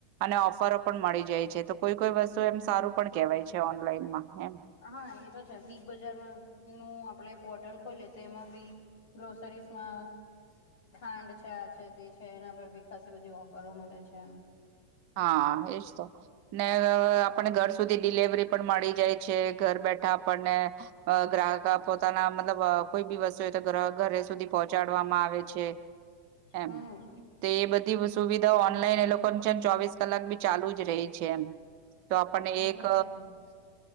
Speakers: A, on the right; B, on the left.
A: અને ઓફરો પણ મળી જાય છે, તો કોઈ કોઈ વસ્તુ એમ સારું પણ કેવાય છે, ઓનલાઈનમાં એમ
B: હા એ તો છે, બિગ બજારમાં નું આપણે પોર્ટલ ખોલીએ તો એમાં બી ગ્રોસરીસમા ખાંડ ચા છે તે છે, એના પર બી ખાસ બધી ઓફરો મળે છે એમ
A: હા એજ તો ને આપણે ઘર સુધી ડિલેવરી પણ મળી જાય છે ઘર બેઠા આપણને અ ગ્રાહક પોતાના મતલબ કોઈ બી વસ્તુ ઘરે સુધી પહોંચાડવામાં આવે છે એમ
B: હમ
A: તો એ બધી વસ્તુ સુવિધા ઓનલાઈન એ લોકો જેમ ચોવીસ કલાક બી ચાલુ જ રહી છે, એમ તો આપણને
B: એ
A: એક
B: તો છે